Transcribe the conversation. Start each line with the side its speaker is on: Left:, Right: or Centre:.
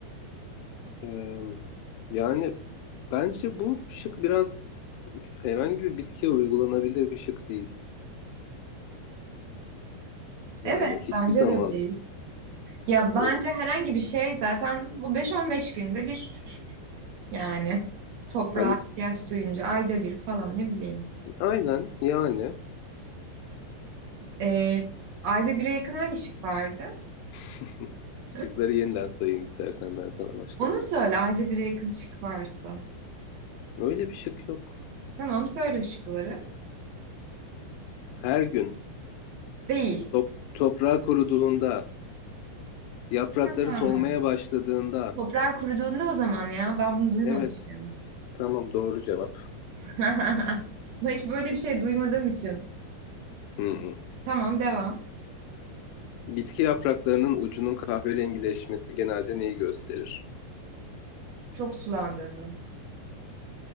Left: Ee, yani bence bu şık biraz herhangi bir bitkiye uygulanabilir bir şık değil. Yani
Right: Evet,
Left: hiçbir
Right: bence
Left: zaman
Right: de değil. Ya
Left: o,
Right: bence herhangi bir şey zaten bu beş on beş günde bir yani toprağa
Left: hani
Right: ihtiyaç duyunca ayda bir falan ne bileyim.
Left: aynen yani
Right: Ee, ayda bire yakın hangi şık vardı?
Left: <laughs>
Right: <laughs>
Left: şıkları yeniden sayayım istersen ben sana baştan.
Right: Onu söyle ayda bire yakın şık varsa.
Left: Öyle bir şık yok.
Right: Tamam söyle şıkları.
Left: Her gün
Right: Değil.
Left: top, toprağı kuruduğunda, yaprakları
Right: Ha.
Left: solmaya başladığında.
Right: Toprağa kuruduğunda o zaman ya ben bunu duymamışım.
Left: Evet, tamam doğru cevap.
Right: <laughs> Ben hiç böyle bir şey duymadığım için.
Left: Hı hı.
Right: Tamam devam.
Left: Bitki yapraklarının ucunun kahverengileşmesi genelde neyi gösterir?
Right: Çok sulandığını.